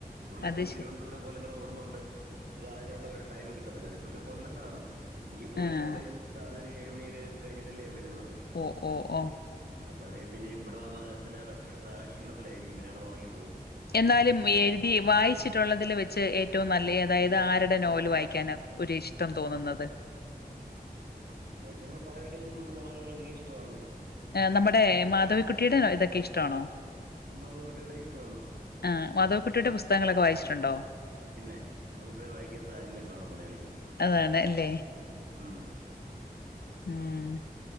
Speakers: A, on the right; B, on the left.
A: ഉള്ള
B: അത്
A: സമയം
B: ശ
A: തിരുവനന്തപുരം പുരം കൊല്ലങ്ങനെ ഓടുന്നത്കൊണ്ട് നമുക്ക് അതിനുള്ള ഒരു ടൈം കിട്ടത്തില്ല ഇത് പിന്നെ കൊല്ലത്താണ് ഈ പോലും
B: ആഹ്
A: അവിടയും ചാർജൊക്കെ ഏഴ് മണിയൊക്കെ കഴിഞ്ഞിട്ടല്ലേ വരുന്നത്
B: ഓഹ് ഓഹ് ഓഹ്
A: അപ്പഴെ അതെ പിന്ന ഇവിടെ വന്ന് പിന്നെ റെസ്റ്റ്ടുത്ത ആഹ് ക്ഷീണത്തിലായിരിക്കും പിന്നെ കിടന്ന് ഉറങ്ങി പോകും
B: എന്നാലും എഴുതി വായിച്ചിട്ടുള്ളതിൽ വെച്ച് ഏറ്റവും നല്ല അതായത് ആരുടെ നോവല് വായിക്കാന ഒരു ഇഷ്ടം തോന്നുന്നത്
A: അങ്ങനെ ചോച്ച ങ്ങനെ പലരുടെയും നോവലുകളൊനിക്ക് ഇഷ്ടമാണ്
B: നമ്മുടെ മാധവിക്കുട്ടിയുടെ ഇതൊക്കെ ഇഷ്ടമാണോ
A: മാധവികുട്ടിയുടെ ഇഷ്ടമാണ്
B: ആഹ് മാധവി കുട്ടിയുടെ പുസ്തകങ്ങളൊക്കെ വായിച്ചിട്ടുണ്ടോ
A: പിന്നെ അവരുടെ വായിക്കാത്ത ആരെങ്കിലും കാണോ മലയാളികളിൽ
B: അതാണ് അല്ലേ
A: ഉം
B: ഉം